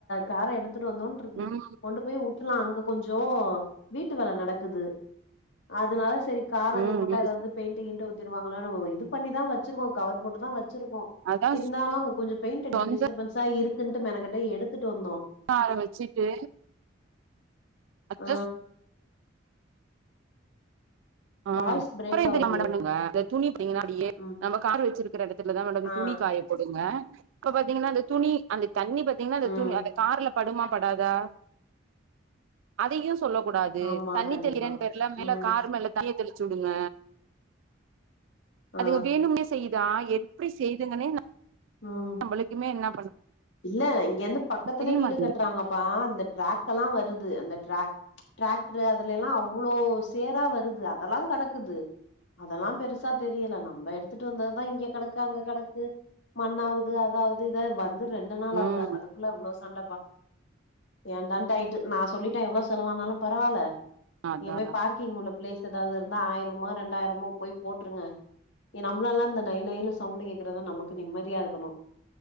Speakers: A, on the left; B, on the right.
A: கார எடுத் த்ட்டு வந்தோ இருக்கு
B: ம்
A: கொண்டு போய்வுட்ரலா அங்க தோ வீட்டு வேல நடக்குது அதனால சேரி கார் அங்க
B: ம்
A: போட்ட
B: ம்
A: ஏதாவது பெயிண்டி கீண்டு த்துருவாங்களான் இது பண்ணிதா வச்சிருக்கோ கவர் போட்டுதா வச் ச்சிருக்கோ
B: அதா
A: இருந்தாலு அங்க கொஞ்சோ பெயிண்ட் அடிக்க
B: சொந்த
A: டிஸ்டர்பன்ஸா இருக்குன்னட்டு மெனக்கிட்ட எடுத்துட்டு வந்தோ
B: ஆர வச்சுட்டு அதான்
A: ஆ
B: சொ ஆ
A: வாய்ஸ்
B: <unintelligible>
A: பிரேக் ஆவுது
B: அப்பிடியே
A: ம்
B: நம்ம கார் வச்சிருக்கற இடத்துலதா மேட
A: ஆ ஆ
B: துணி காய போடுங்க இப்ப பாத்தீங்கன்னா அந்த துணி அந்த தண்ணி பாத்தீங்கன்னா அந்த
A: ஆ
B: துணி
A: ம்
B: அந்த கார்ல படுமா படாதா அதையு சொல்லக்கூடாது
A: ஆமா
B: தண்ணித்த
A: கண்டிப்பா
B: இரண்டு பேர்ல மேல
A: ம்
B: கார் மேல தீய தெளிச்சுவுடுங்க அதுங்க
A: ஆ
B: வேணும்னே செய்யுதா எப்பிடி செய்துங்கன்னே
A: ம்
B: நம்மளுக்குமே என்னா
A: இல்ல இங்க இருந்து பக்கத்துல
B: தெரியமாட்டுது
A: வீடு கட்டுறாங்கப்பா இந்த டிரக்க எல்லா வருது து அந்த டிராக் டிராக்டர் அதுல எல்லா அவ்ளோ சேரா வருது அதெல்லா கடக் க்குது அதெல்லா பெருசா தெரியல நம்ம எடுத்துட்டு வந்ததுதா இங்க கடக்கு அங்க கடக்கு.. மண்ண ஆவுது அதாவது இத வந்து ரெண்டு நாள் ஆவுல
B: ம்
A: அதுக்குள்ள அவ்ளோ ச சண்டப்பா ஏன்டான்ட் ஆயிட்டு நா சொல்லிட்ட எவ்ளோ செலவானாலும் பரவால்ல
B: அதா
A: நீங்க போய்
B: அதா
A: பார்கிங் உள்ள பிளேஸ் எதாவது இருக் இன்ன ஆயிரமோ ரெண்டாயிரமோ போய் போட்டுருங்க நம்ளாலல்லா இந்த நை நைனு சவுண்டு கேக்குறதா நமக்கு நிம்மதியா இருக்கணு